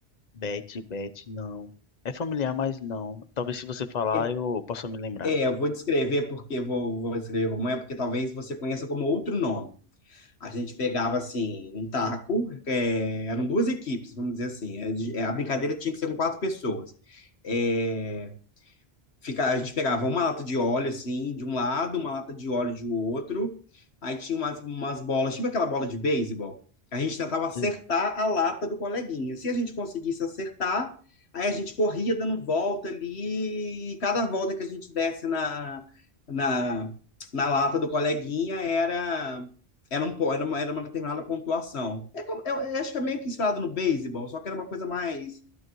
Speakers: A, on the left (about 45°); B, on the left (about 85°).
A: Bet, Bet, não. É familiar, mas não. Talvez se você falar,
B: É,
A: eu possa me lembrar.
B: é, eu vou descrever porque vou, vou descrever como é, porque talvez você conheça como outro nome. A gente pegava assim um taco, é, eram duas equipes, vamos dizer assim. É, de- é, a brincadeira tinha que ser com quatro pessoas. É, fica, a gente pegava uma lata de óleo, assim, de um lado, uma lata de óleo do outro. Aí tinha umas, umas bolas, tipo aquela bola de beisebol. A gente tentava acertar
A: Sim.
B: a lata do coleguinha. Se a gente conseguisse acertar, aí a gente corria dando volta ali, e cada volta que a gente desse na, na, na lata do coleguinha era, era, um, po- era, uma, era uma determinada pontuação. É como- eu, eu acho que é meio que inspirado no beisebol, só que era uma coisa mais